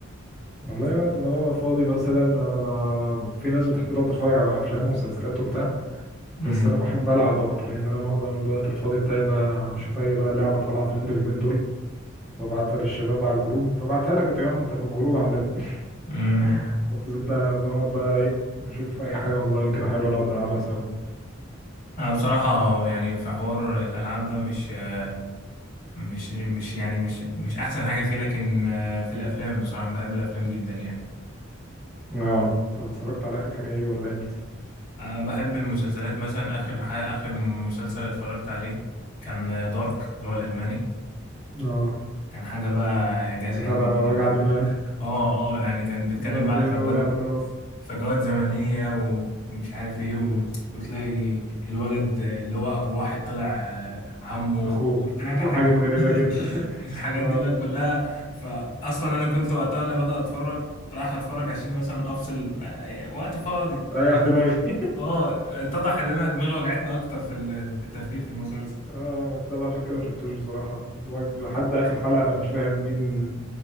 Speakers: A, in the centre; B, on the left.
A: والله وقت ما ببقى فاضي مثلا أنا ب... في ناس بتحب تقعد تتفرج على أفلام ومسلسلات وبتاع بس
B: امم
A: أنا بحب ألعب أكتر يعني أنا معظم الوقت الفاضي بتاعي بشوف أي بقى لعبة طالعة ترند اليومين دول ببعتها للشباب على الجروب ببعتها لك أنت كمان أنت في الجروب عندنا
B: امم
A: <laughs> كنت أنت بقعد بقى إيه نشوف أي حاجة أونلاين كده حلوة نقعد نلعبها سوا
B: انا بصراحة يعني في حوار الالعاب ده مش آه، مش مش يعني مش مش احسن حاجة فيه لكن آه، في الافلام بصراحة بحب الافلام جدا يعني
A: أه أنت اتفرجت على آخر حاجة إيه ولا إمتى؟
B: آه، بحب المسلسلات مثلا اخر ح- اخر مسلسل اتفرجت عليه كان دارك اللي هو الالماني
A: أه
B: كان حاجة بقى اعجاز
A: بتاع
B: علمي
A: ده
B: كده.
A: وجع دماغ
B: اه اه يعني كان بيتكلم
A: ده بيوجع
B: بقى على فجوات
A: الراس
B: فجوات زمنية ومش عارف ايه و... وتلاقي الولد اللي هو ابو واحد طلع آه، عمه
A: اخوه
B: شفت
A: <laughs>
B: انت
A: وحاجات
B: الحاجة
A: غريبة كده
B: <laughs>
A: <laughs>
B: الحاجات
A: اه
B: دي بقى كلها فاصلا انا كنت وقتها انا بدأ اتفرج راح اتفرج عشان مثلا افصل آه، وقت فاضي
A: ريح دماغي <laughs>
B: اه اتضح ان انا دماغي وجعتني اكتر في ال- في التفكير في المسلسل
A: اه البتاع ده عشان كده ما شفتوش بصراحة الوقت- لحد آخر حلقة أنا مش فاهم مين